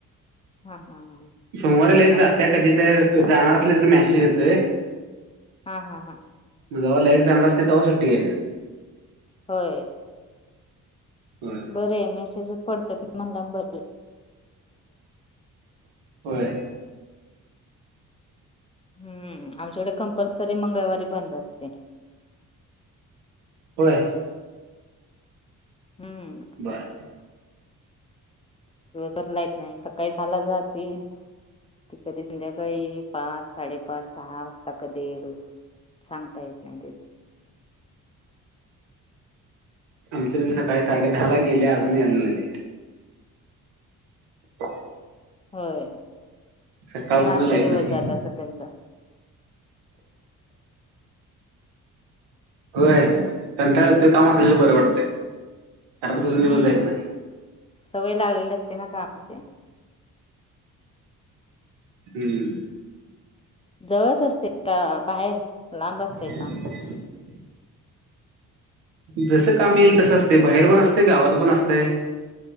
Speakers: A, on the left (about 15°); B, on the right (about 80°).
A: हा हा हा
B: सोमवार लेट
A: आमच्याकडे
B: जाते कधी तर जाणार असले तर मॅसेज येतोय
A: हा हा हा
B: जवा लाईट जाणं असते तेव्हा सुट्टी ट्ट घ्यायची
A: होय
B: होय
A: बरं आहे मेसेज पडतात ना म्हणला बर
B: होय
A: हम्म आमच्याकडे कंपल्सरी मंगळवारी बंद असते
B: होय
A: हम्म
B: बर
A: दिवसभर लाईट नाही सकाळी दहाला जाती. ती कधी संध्याकाळी पाच साडेपाच सहा वाजता कधी येईल. सांगता येत नाही ते.
B: आमच्या तुम्ही सकाळी साडे दहा ला गेले आजही आलेले. <inaudible>
A: होय
B: सकाळपासून
A: निवांत
B: लाईट
A: दिवस
B: नाही
A: जात असं त्यांचा.
B: होय कंटाळ ते काम असलेला बरं वाटतंय. घरात बसून
A: हम्म
B: दिवस जायत नाही
A: सवय लागलेली असते ना कामा ची.
B: हम्म
A: जवळच असते का बाहेर? लांब
B: <inaudible>
A: असते काम
B: जस काम येईल तसं असते बाहेर पण असते गावात पण असतें.